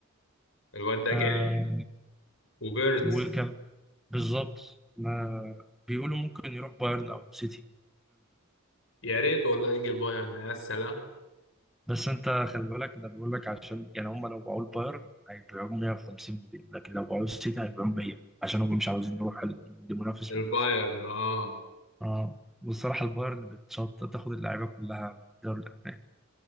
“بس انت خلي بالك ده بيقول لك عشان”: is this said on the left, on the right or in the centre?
Centre